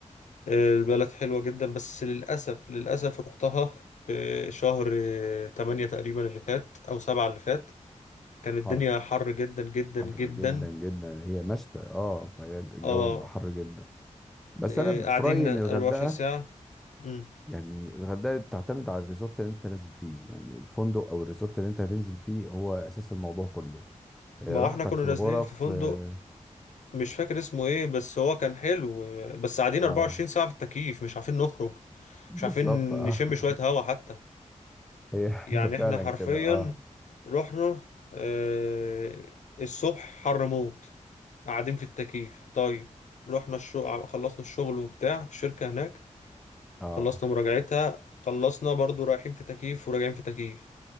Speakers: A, on the left; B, in the centre.
A: آه، البلد حلوة جدا بس للأسف للأسف رحتها في شهر آه، تمانية تقريبا اللي فات أو سبعة اللي فات كان الدنيا
B: حر
A: حر جدا جدا
B: حر
A: جدا
B: جدا جدا هي مشتى اه فهي الجو
A: اه
B: حر جدا بس
A: آه،
B: انا ب-
A: قاعدين
B: في رايي
A: 24
B: ان الغردقه
A: ساعة مم.
B: يعني الغردقه بتعتمد على الريزورت اللي انت نازل فيه يعني الفندق او الريزورت اللي انت هتنزل فيه هو اساس الموضوع كله آه،
A: ما
B: راحتك
A: هو احنا كنا
B: في
A: نازلين
B: الغرف
A: في فندق
B: اه
A: مش فاكر اسمه ايه بس هو كان حلو بس قاعدين
B: آه،
A: 24 ساعة في التكييف مش عارفين نخرج
B: بالظبط
A: مش عارفين
B: اه
A: نشم
B: <laughs>
A: شوية هوا حتى
B: هي
A: يعني
B: هي فعلا
A: احنا حرفيا
B: كده اه
A: رحنا آه، الصبح حر موت قاعدين في التكييف طيب رحنا الشغل خلصنا الشغل وبتاع في الشركة هناك
B: اه
A: خلصنا مراجعتها خلصنا برضو رايحين في تكييف وراجعين في تكييف